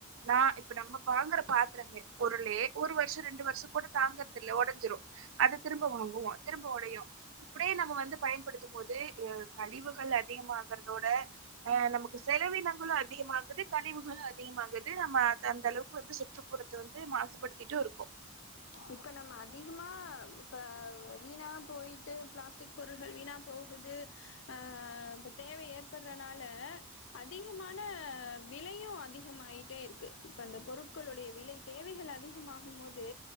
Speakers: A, on the right; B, on the left.
A: நா இப்ப நம்ம ப்ப வாங்குற பாத்திரங்கள் பொருளே ஒரு வர்ஷோ ரெண்டு வர்ஷங்கூட தாங்கறது இல்ல ஒடஞ்சிரு அது திரும்ப வாங்குவோ திரும்ப ஒடையு இப்டியே நம்ம வந்து பயன்படுத்தும் போது அ கழிவுகள் அதிகமாகறதோட அ நமக்கு செலவீனங்களு அதிகமாகுது கழிவுகளு அதிகமாகுது நம்ம அத அந்த அளவுக்கு வந்து சுற்றுப்புறத்த வந்து மாசுபடுத்திட்டூ இருக்கோ
B: இப்ப நம்ம அதிகமா இப்ப வ வீணா போயிட்டு பிளாஸ்டிக் பொருள்கள் வீணா போகுது அ ப்ப தேவ ஏற்பட்றனால அதிகமான விலையு அதிகமாய்ட்டே இருக்குது இப்ப அந்த பொருட்களுடைய விலை தேவைகள் அதிகமாகும் போது